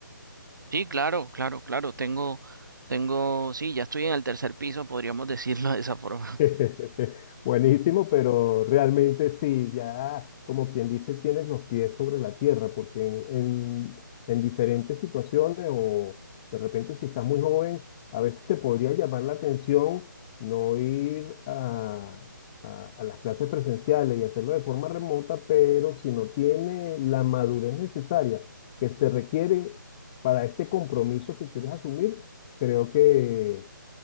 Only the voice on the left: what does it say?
<laughs>
Buenísimo, pero realmente sí, ya como quien dice, tienes los pies sobre la tierra, porque en, en diferentes situaciones o de repente si estás muy joven, a veces te podría llamar la atención no ir a, a- a las clases presenciales y hacerlo de forma remota, pero si no tiene la madurez necesaria que se requiere para este compromiso que quieres asumir, creo que...